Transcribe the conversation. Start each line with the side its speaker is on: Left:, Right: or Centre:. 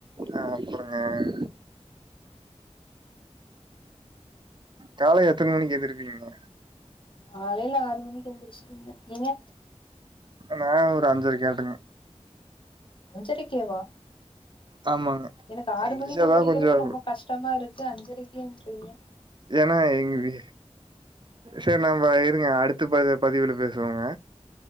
Right: ஆ அப்பொறங்க காலை எத்தன மணிக்கு எந்திருப்பீங்க
Left: காலைல ஆறு மணிக்கி எந்திரிச்சிருவங்க நீங்க
Right: நா ஒரு அஞ்சர கேட்டங்க
Left: அஞ்சரக்கேவா
Right: ஆமாங்க
Left: எனக்கு ஆறு
Right: எந்திரிச்சாதா
Left: மணிக்கி எந்திரிக்கிறதே
Right: கொஞ்சோ
Left: ரொம்ப கஷ்டமா இருக்கு அஞ்சரக் ஏன்த்றீய
Right: ஏன்னா எங்குகு சரி நம்ப இருங்க அடுத்த ப பதிவுல பேசுவோங்க